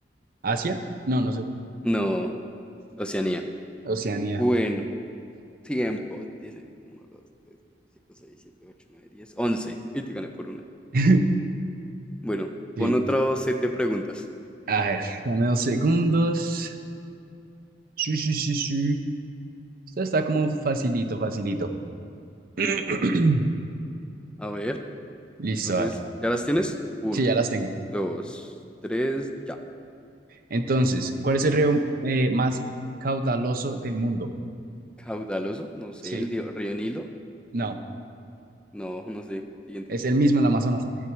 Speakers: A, on the right; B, in the centre.
A: ¿Asia? No, no sé.
B: No, Oceanía.
A: Oceanía.
B: Bueno, tiempo. Dice uno, 2, 3, 4, 5, 6, 7, 8, 9, 10. 11. Y te gané por una.
A: <laughs>
B: Bueno,
A: Sí.
B: pon otro set de preguntas.
A: A ver, dame dos segundos. Sí, sí, sí, sí. Esto está como facilito, facilito. <clears throat>
B: A ver,
A: Listo,
B: entonces,
A: a ver.
B: ¿ya las tienes? Uno,
A: Sí, ya las tengo.
B: dos, tres, ya.
A: Entonces, ¿cuál es el río eh, más caudaloso del mundo?
B: Caudaloso, no sé,
A: Sí,
B: el dio- río Nilo.
A: no,
B: No, no sé. Siguiente.
A: es el mismo, el Amazonas.